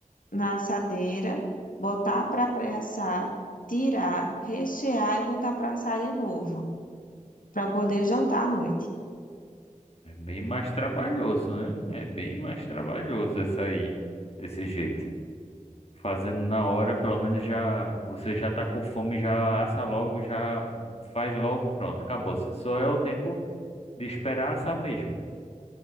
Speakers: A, on the left (about 85°); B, on the left (about 50°).
A: na assadeira, botar para pré-assar, tirar, rechear e botar para assar de novo, para eu poder jantar à noite.
B: é bem mais trabalhoso, né? É bem mais trabalhoso essa aí, desse jeito. Fazendo na hora, pelo menos já você já tá com fome, já assa logo, já faz logo, pronto, acabou. Se Só é o tempo de esperar assar mesmo.